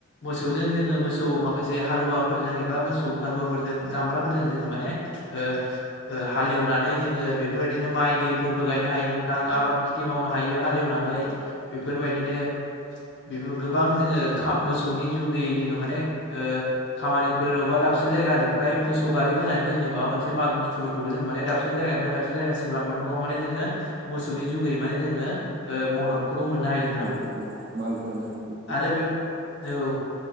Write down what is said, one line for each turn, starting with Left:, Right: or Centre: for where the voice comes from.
Left: मोसौजों जोङो मोसौ माखासे हालुवाफोरजों एबा मोसौ हालुवाफोरजों दामब्राफोरजों जोङो माने ओ ओ हालेवनानै जोङो बेफोरबायदिनो माइ दैफोरबो गायना हायो नोंथां आबाद खिथि मावनो हायो हालेवनानै बेफोरबायदिनो बेफोर गोबां जोङो खा मोसौनि जुगैै जोङो माने ओ खामानिफोर अबा दाब से जायगानि फ्राय मोसौ गारि बोनानै जोङो माबा मोनसे माल बुस्थुफोरखौबो जों माने दाबसे जायगानिफाय दाबसे जायगासिम लांनांगोआव माने जोङो ङो मोसौनि जुगै माने जोङो ओ मदद खौबो मोन्नो हायो नोंथां
Right: औ औ माल बोनाय औ
Left: आरो बे औ।